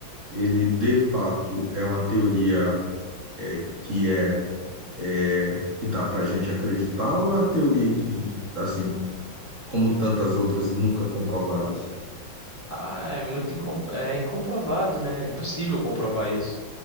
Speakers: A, on the right; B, on the left.
A: ele de fato é uma teoria é, que é, é que dá pra gente acreditar ou é uma teoria que, assim, como tantas outras, nunca comprovadas?
B: Ah, é muito incom- é incomprovado, né? É impossível comprovar isso.